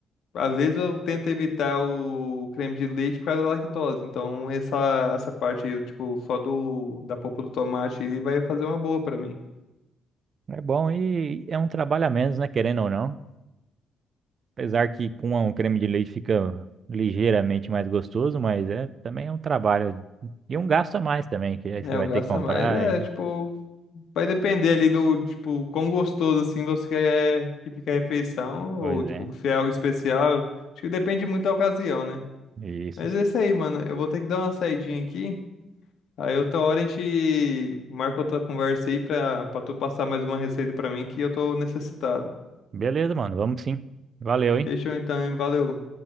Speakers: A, on the left (about 70°); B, on the right (about 50°).
A: às vezes eu tento evitar o creme de leite por causa da lactose, então essa, essa parte, tipo, só do, da polpa do tomate aí vai fazer uma boa pra mim.
B: É bom e é um trabalho a menos, né? Querendo ou não. Apesar que com um creme de leite fica ligeiramente mais gostoso, mas é também é um trabalho e um gasto a mais também, que aí você
A: É,
B: vai
A: um gasta
B: ter que comprar
A: mais. É,
B: e...
A: tipo, vai depender ali do, tipo, quão gostoso, assim, você quer que fique a refeição, ou,
B: Pois
A: tipo,
B: é,
A: se é algo especial. Acho que depende muito da ocasião, né?
B: isso.
A: Mas é isso aí, mano. Eu vou ter que dar uma saidinha aqui. Aí outra hora a gente marca outra conversa aí pra, pra tu passar mais uma receita pra mim que eu tô necessitado.
B: Beleza, mano, vamos sim. Valeu, hein?
A: Fechou então, hein? Valeu.